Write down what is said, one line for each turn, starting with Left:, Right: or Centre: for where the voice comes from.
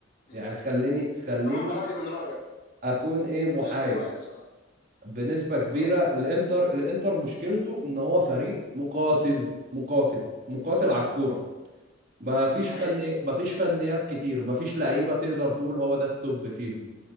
Left: مم.
Right: يعني خليني خليني
Left: بصراحه انا رايي من رايك
Right: اكون ايه محايد
Left: رايي من رايك بصراحه
Right: بنسبه كبيره
Left: اه
Right: الانتر الانتر مشكلته ان هو فريق مقاتل مقاتل مقاتل على الكوره ما فيش
Left: صحيح
Right: فني ما فيش فنيات كتير ما فيش لعيبه تقدر تقول هو ده التوب فيهم